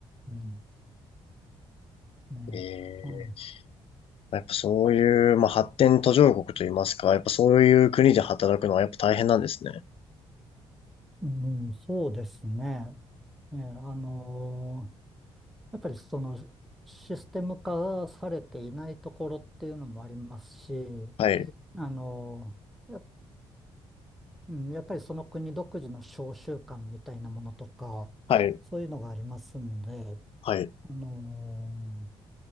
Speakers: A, in the centre; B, on the left.
A: うん、ね、
B: ええ。
A: うん、
B: やっぱそういう、まあ、発展途上国といいますか、やっぱそういう国で働くのはやっぱ大変なんですね。
A: うん、そうですね。ええ、あのーやっぱりそのシステム化されていないところっていうのもありますし、
B: はい。
A: あのーうん、やっぱりその国独自の召集感みたいなものとか、
B: はい、
A: そういうのがありますんで、
B: はい。う
A: あの